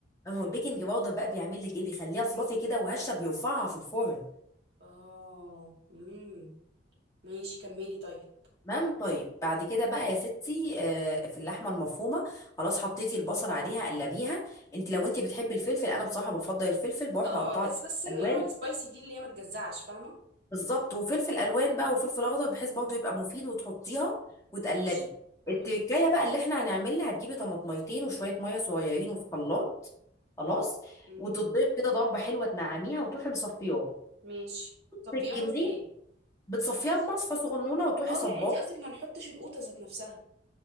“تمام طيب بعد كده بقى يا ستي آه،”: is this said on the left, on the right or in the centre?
Left